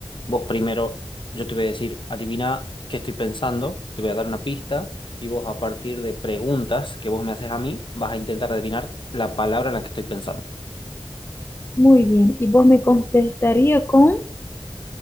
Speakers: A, on the left (about 60°); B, on the left (about 25°).
A: Vos primero, yo te voy a decir, adivina qué estoy pensando, te voy a dar una pista y vos a partir de preguntas que vos me haces a mí, vas a intentar adivinar la palabra en la que estoy pensando.
B: Muy bien. Y vos me contestaría con,